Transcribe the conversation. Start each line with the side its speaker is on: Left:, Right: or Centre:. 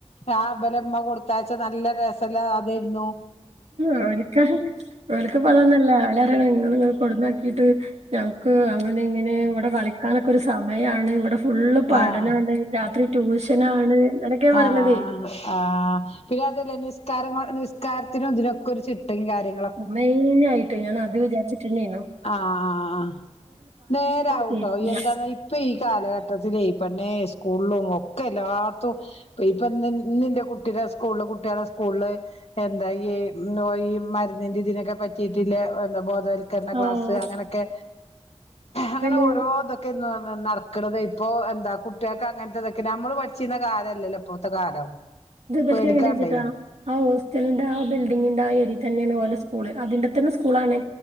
Left: ആ ബലമ്മ കൊടുത്താച്ച നല്ല രസല്ല കറിയാരുന്നു
Right: അവര്ക്ക് അവൾക്ക് അവര്ക്ക് ഇപ്പം അങ്ങനെ ഒന്നുമില്ല അവള് പറയും ഇങ്ങള് കൊണ്ടുന്നാക്കിട്ട് ഞങ്ങക്ക് അങ്ങനെ ഇങ്ങനെ ഇവിടെ കളിക്കാനൊക്കെ ഒരു സമയാണ് ഇവിടെ ഫുള്ള് പഠനാണ്
Left: ആഹ്
Right: രാത്രി ട്യൂഷനാണ് ഇങ്ങനൊക്കെയാണ് പറഞ്ഞത്
Left: ആഹ് ആഹ് പിന്നെ അതല്ലേ നിസ്കാര നിസ്കാരത്തിനും അതിനൊക്കെ ഒരു ചിട്ടയും കാര്യം
Right: മുമ്പേനെ ആയിട്ട് ഞാനത് വിചാരിച്ചിട്ടേനു
Left: ആഹ് ആഹ് നേരാണുട്ടോ
Right: കേക്കൂല
Left: എന്താന്ന ഇപ്പ ഈ കാലഘട്ടം ട്ടത്തിലീ പെണ്ണേ സ്കൂളും ഒക്കെ എല്ലായിടത്തും ഇപ്പൊന്റെ ഇന്നെൻറെ കുട്ടിയുടെ സ്കൂളില് കുട്ടികളെ സ്കൂളില് എന്താ ഈ നോയി മരുന്നിന്റെ ഇതിനൊക്കെ പറ്റിയിട്ടില്ല എന്താ ബോധവൽക്കരണം ക്ലാസ്
Right: ആഹ്
Left: അങ്ങനൊക്കെ അങ്ങനെ
Right: പിന്നെ
Left: ഓരോെന്ന് നടക്കണത് ഇപ്പോ എന്താ കുട്ടികൾക്ക് അങ്ങനത്തെതൊക്കെ നമ്മൾ പഠിച്ചിരുന്ന കാലംല്ലല്ലോ ഇപ്പോഴത്തെ കാലം
Right: ഇത് ഇവൾക്ക്
Left: പേടിക്കാണ്ടേ
Right: എങ്ങനെ വെച്ചിട്ടാ- ആ ഹോസ്റ്റലിന്റെ ആ ബിൽഡിങ്ങിന്റെ ആ ഏരിയൽ തന്നെയാണ് ഓലെ സ്കൂള് അതിന്റെ തന്നെ സ്കൂൾ ആണ്